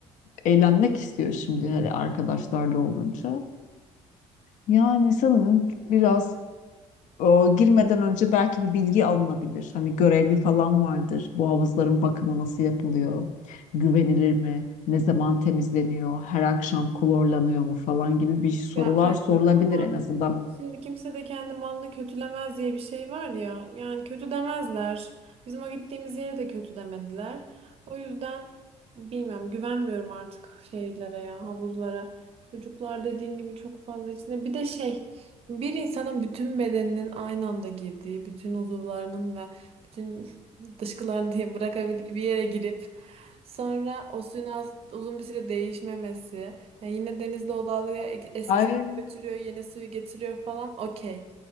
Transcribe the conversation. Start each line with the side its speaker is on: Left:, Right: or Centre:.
Left: e, eğlenmek istiyor şimdi hele arkadaşlarla olunca. Yani sanırım biraz e, girmeden önce belki bir bilgi alınabilir. Hani görevli falan vardır. Bu havuzların bakımı nasıl yapılıyor? Güvenilir mi? Ne zaman temizleniyor? Her akşam klorlanıyor mu falan gibi bir sorular
Right: Ya aynen
Left: sorulabilir
Right: ama
Left: en azından.
Right: Şimdi kimse de kendi malını kötülemez diye bir şey var ya. Yani kötü demezler. Bizim o gittiğimiz yere de kötü demediler. O yüzden bilmiyorum güvenmiyorum artık şeylere ya havuzlara. Çocuklar dediğin gibi çok fazla içinde. Bir de şey bir insanın bütün bedeninin aynı anda girdiği, bütün uzuvlarının ve bütün <laughs> dışkılarını diye bırakabildiği bir yere girip Sonra o suyun az- uzun bir süre değişmemesi. Yani yine denizde o dalga e- eski
Left: Ay.
Right: suyu götürüyor, yeni suyu getiriyor falan. Okey.